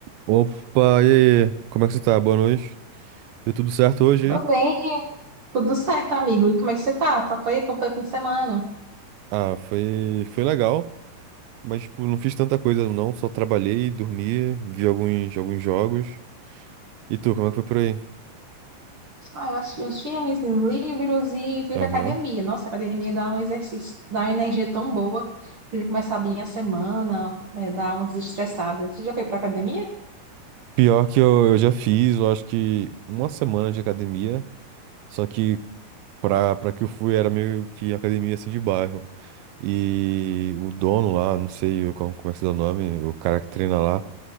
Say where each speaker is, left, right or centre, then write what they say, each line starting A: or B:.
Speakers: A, on the right (about 80°); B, on the right (about 55°).
A: Opa, e aí? Como é que você tá? Boa noite. Deu tudo certo hoje,
B: Tô
A: hein?
B: bem, tudo certo, amigo. E como é que você tá? Tá por aí? Como foi o fim de semana?
A: Ah, foi, foi legal, mas tipo, não fiz tanta coisa não, só trabalhei, dormi, vi alguns, alguns jogos. E tu, como é que foi por aí?
B: Ah, eu assisti uns filmes, uns livros e fui
A: Aham.
B: pra academia. Nossa, a academia dá um exercício, dá uma energia tão boa pra gente começar bem a semana, né, dar uma desestressada. Você já foi pra academia?
A: Pior que eu, eu já fiz, eu acho que uma semana de academia, só que pra, pra que eu fui era meio que academia assim de bairro. E o dono lá, não sei como, como é que se dá o nome, o cara que treina lá,